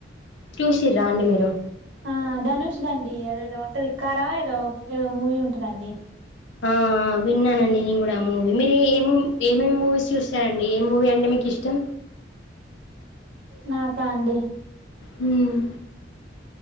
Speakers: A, on the left; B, on the right.
A: చూసిర్రా అండి మీరు
B: ఆ ధనుష్దండి అద ఏదో ఒకంటది కారా ఏదో ఏదో మూవీ ఉంటుదండి
A: ఆ విన్నానండి నేను కూడా ఆ మూవీ మీరు ఏమూ ఏమేమి మూవీస్ చూస్తారంండి ఏం మూవీ అంటే మీకు ఇష్టం
B: నాకాండి
A: హామ్